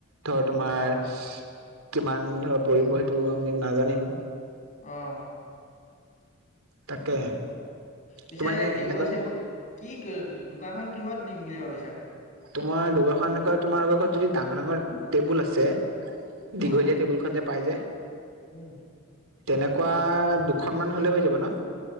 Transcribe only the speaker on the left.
অ
অঁ।
পিছে
টেবুল
চেবুল কি দোকানখন কিহত দিম বুলি ভাবিছা?
অ
উম